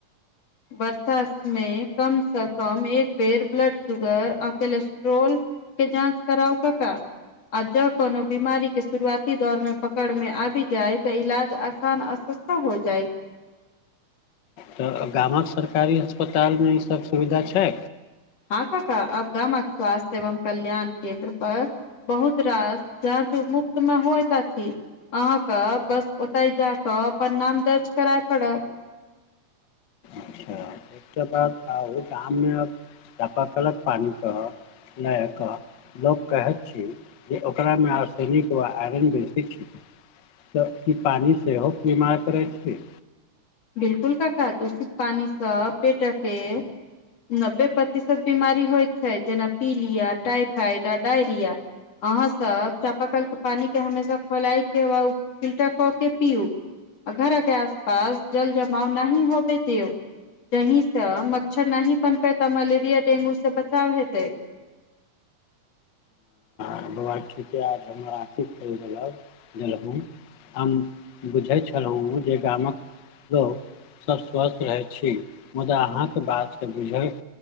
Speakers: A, on the left; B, on the left.
A: बर्षा में कम से कम एक बेर ब्लड शुगर आ- कोलेस्ट्रोल के जाँच कराउ कक्का। आ जँ कोनो बीमारी के शुरुआती दौर मे पकड़ मे आबि जायतऽ इलाज आसान असर तऽ हो जाइत।
B: तऽ गामक सरकारी अस्पताल मे ई सब सुविधा छै।
A: हँ कक्का अब गामक स्वास्थ्य एवं कल्याण केन्द्र पर बहुत रास जाच मुफ्त मे होइत अछि। आहाँके बस ओतऽ जा कऽ अपन नाम दर्ज करए पड़त।
B: अच्छा एकटा बात ओर गाम मे चापाकलक पानिक पियै लायक लोक कहैत छी जे ओकरामे ऑसेनिक वा आयरन बेसी छै। तऽ कि पानी सेहो बीमार करै छी?
A: बिल्कुल कक्का दुसित पानी सऽ पेटक के नब्बे प्रतिशत बीमारी होइ छै जेना पीलिया, टाइफाइड आ डायरिया। आहाँ सब चाप कल के पानी के हमेशा खोलाय के व फिल्टर कऽ के पीयु। घर के आस- पास जल जमाव नहि होवे दिओ। जहीं से मच्छर नहि पनपेत मलेरिया डेंगू से बचाव हेतै।
B: आ बौआ ठीके जे हमरा अथि करि देलक गेलहुँ। हम बुझै छेलौ जे गामक लोक सब स्वस्थ रहै छी मुदा अहाँके बातके बुझै